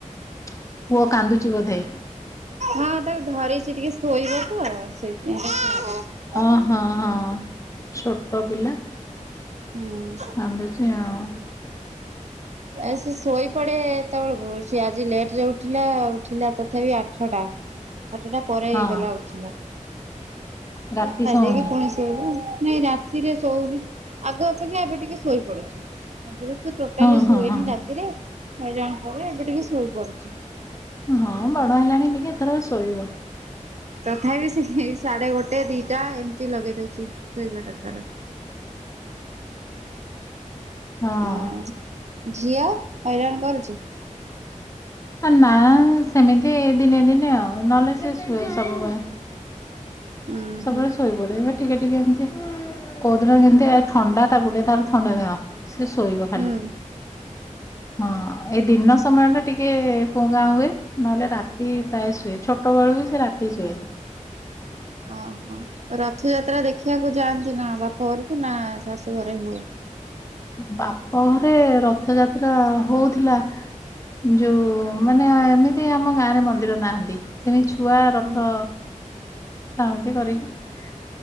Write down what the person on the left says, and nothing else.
ପୁଅ କାନ୍ଦୁଚି ବୋଧେ?
ହଁ ହଁ ହଁ ଛୋଟ ପିଲା
କନ୍ଦୁଚି ଆଉ।
ହଁ
ରାତି
ଶୋଉନି
ହଁ ହଁ
ହଁ
ହଁ ବଡ ହେଲାଣି ଟିକେ ଏଥରକ ଶୋଇବ।
ହଁ
ଆ ନାଁ ସେମିତି ଏ ଦିନେ ଦିନେ ଆଉ ନହେଲେ ସେ ଶୁଏ ସବୁବେଳେ।
ସବୁବେଳେ
ଶୋଇ ପଡେ। <unintelligible> ଟିକେ ଟିକେ ଏମିତି କୋଉଦିନ କେମିତି ଏ ଥଣ୍ଡା ତାକୁ ଟିକେ ତାର ଥଣ୍ଡା ଦେହ। ସେ ଶୋଇବ
ଖାଲି। ହଁ ଏଇ ଦିନନ ସମୟଟା ଟିକେ କୁଂ କାଂ ହୁଏ। ନହେଲେ ରାତି ପ୍ରାୟ ଶୁଏ ଛୋଟବେେଳୁ ବି ସେ ରାତି ଶୁଏ।
ବାପ ଘରେ ରଥଯାତ୍ରା ହୋଉଥିଲା। ଯୋଉ ମାନେ ଏମିତି ଆମ ଗାଁରେ ମନ୍ଦିର ନାହାନ୍ତି। ସେମିତି ଛୁଆ ରଥ
ଟାଣନ୍ତି କରିକି।